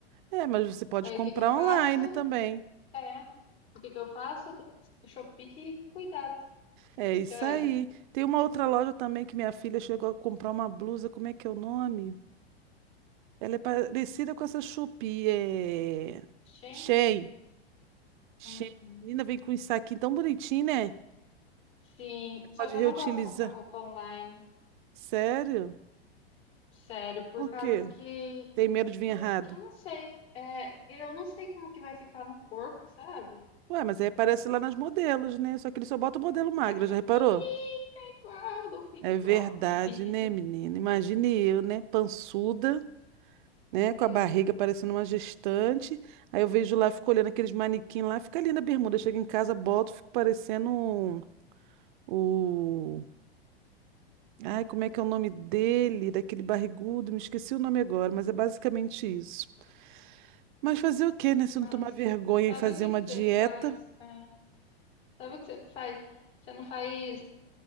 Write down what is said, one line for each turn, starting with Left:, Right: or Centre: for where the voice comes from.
Right: É, mas você pode
Left: Daí
Right: comprar
Left: o que que eu faço?
Right: online também.
Left: É. O que que eu faço? O Shopee, que cuidado.
Right: É
Left: Porque,
Right: isso
Left: olha,
Right: aí. Tem uma outra loja também que minha filha chegou a comprar uma blusa, como é que é o nome? Ela é parecida com essa Shopee, é...
Left: Shein?
Right: Shein. Shein.
Left: Uhum.
Right: Menina, vem com um saquinho tão bonitinho, né?
Left: Sim, só
Right: Pode
Left: que
Right: reutilizar.
Left: eu não gosto de comprar roupa online,
Right: Sério?
Left: sério, por
Right: Por
Left: causa
Right: quê?
Left: que,
Right: Tem medo de vir
Left: porque
Right: errado?
Left: eu não sei, é, eu não sei como que vai ficar no corpo, sabe?
Right: Ué, mas aí aparece lá nas modelos, né? Só que ele só bota o modelo magra,
Left: Mas não
Right: já
Left: fica
Right: reparou?
Left: igual, não fica
Right: É
Left: igual.
Right: verdade,
Left: <laughs>
Right: né, menina? Imagine eu, né? Pançuda. né?
Left: Hum,
Right: Com a barriga parecendo uma gestante. Aí eu vejo lá, fico olhando aqueles manequim lá, fica ali na bermuda. Chego em casa, boto, fico parecendo um- o. Ai, como é que é o nome dele? Daquele barrigudo, me esqueci o nome agora, mas é basicamente isso. Mas fazer o quê, né? Se
Left: mas
Right: eu não tomar vergonha
Left: sabe
Right: e fazer
Left: o que
Right: uma
Left: que
Right: dieta.
Left: você faz? É, sabe o que você faz? Você não faz.